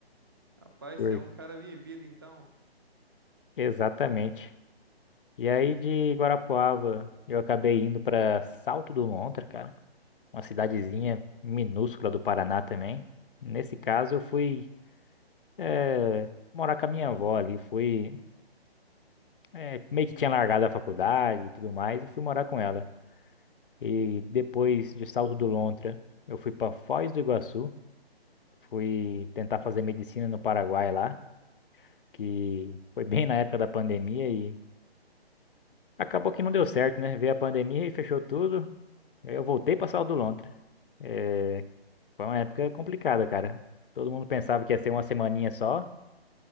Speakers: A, on the right (about 25°); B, on the left (about 55°).
A: Rapaz,
B: Por-
A: você é um cara vivido, então.
B: Exatamente. E aí de Guarapuava, eu acabei indo pra Salto do Lontra, cara, uma cidadezinha minúscula do Paraná também. Nesse caso, eu fui eh, morar com a minha avó ali, fui eh, meio que tinha largado a faculdade e tudo mais e fui morar com ela. E depois de Salto do Lontra, eu fui pra Foz do Iguaçu, fui tentar fazer medicina no Paraguai lá, que foi bem na época da pandemia e acabou que não deu certo, né? Veio a pandemia e fechou tudo. Aí Eu voltei pra Salto do Lontra. É, foi uma época complicada, cara. Todo mundo pensava que ia ser uma semaninha só